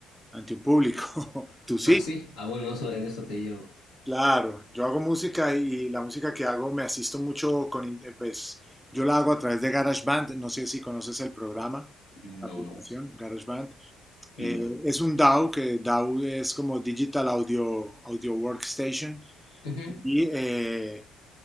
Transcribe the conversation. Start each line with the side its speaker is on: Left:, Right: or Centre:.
Centre: ante un público. <laughs> ¿Tú sí?
Left: Ah, sí. Ah, bueno, eso, en eso te llevo.
Centre: Claro, yo hago música y la música que hago me asisto mucho con, in- eh, pues yo la hago a través de GarageBand, no sé si conoces el programa,
Left: No,
Centre: la aplicación
Left: no.
Centre: GarageBand. Eh,
Left: No.
Centre: es un DAW, que DAW es como Digital Audio, Audio Workstation
Left: Ujú.
Centre: y eh,